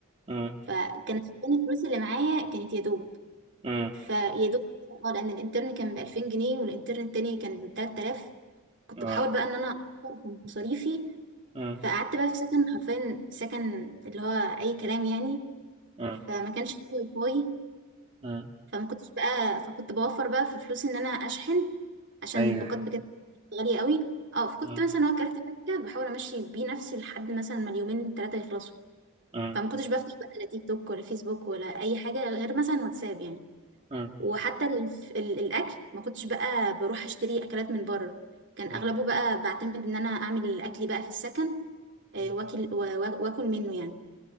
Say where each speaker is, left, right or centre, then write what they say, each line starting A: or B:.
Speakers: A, on the right; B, on the right.
A: مم.
B: فكانت كل الفلوس اللي معايا كانت يا دوب
A: مم.
B: فيا دوب اه لان الانترن كان ب 2000 جنيه والانترن التاني كان ب 3000 كنت
A: آه.
B: بحاول بقى ان انا اوفر في مصاريفي
A: مم.
B: فقعدت بقى في سكن حرفيا سكن اللي هو اي كلام يعني
A: مم.
B: فما كانش فيه واي فاي
A: مم.
B: فما كنتش بقى فكنت بوفر بقى في فلوس ان انا اشحن عشان
A: ايوه
B: الباقات
A: أيوة.
B: بجد غالية قوي اه فكنت
A: مم.
B: مثلا هو كارت فكة بحاول امشي بيه نفسي لحد مثلا ما اليومين ثلاثة يخلصوا
A: مم.
B: فما كنتش بفتح بقى لا تيك توك ولا فيسبوك ولا اي حاجة غير مثلا واتساب يعني
A: مم.
B: وحتى الف- ال- الاكل ما كنتش بقى بروح اشتري اكلات من بره كان
A: مم.
B: اغلبه بقى بعتمد ان انا اعمل اكلي بقى في السكن آه،
A: مم.
B: واكل وا- وا- واكل منه يعني